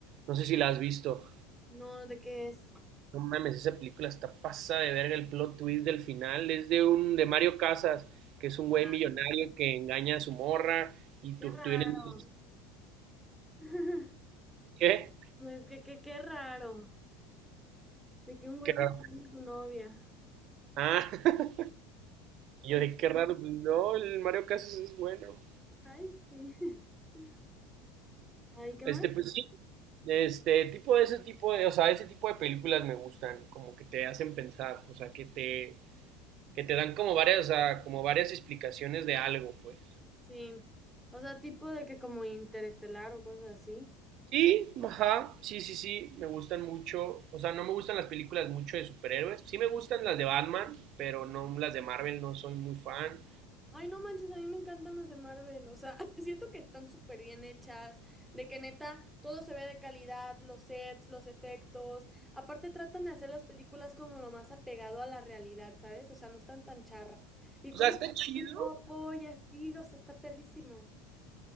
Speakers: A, on the right; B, in the centre.
A: No sé si la has visto.
B: no, ¿de qué es?
A: No mames, esa película está pasada de verga el plot twist del final. Es de un, de Mario Casas, que es
B: Ajá.
A: un güey millonario que engaña a su morra y tú,
B: Qué raro.
A: tú vienes- y dices,
B: <laughs>
A: ¿Qué?
B: No, es que- que- Qué raro. De que un güey
A: Qué raro.
B: no tiene su novia.
A: Ah, <laughs> y
B: Ay,
A: yo de qué raro. pues, No, el Mario Casas es bueno.
B: ay, sí. <laughs> Ay, ¿qué
A: Este,
B: más?
A: pues sí. Este tipo de ese tipo de, o sea, ese tipo de películas me gustan, como que te hacen pensar, o sea, que te, que te dan como varias, o sea, como varias explicaciones de algo, pues.
B: Sí. O sea, tipo de que como Interestelar o cosas así.
A: Sí, ajá, sí, sí, sí, me gustan mucho, o sea, no me gustan las películas mucho de superhéroes, sí me gustan las de Batman, pero no las de Marvel, no soy muy fan.
B: Ay, no manches, a mí me encantan las de Marvel. O sea, <laughs> siento que están súper bien hechas. De que neta, todo se ve de calidad, los sets, los efectos. Aparte, tratan de hacer las películas como lo más apegado a la realidad, ¿sabes? O sea, no están tan charras. Y
A: O
B: como
A: sea, está chido,
B: todo y así, o sea, está perrísimo.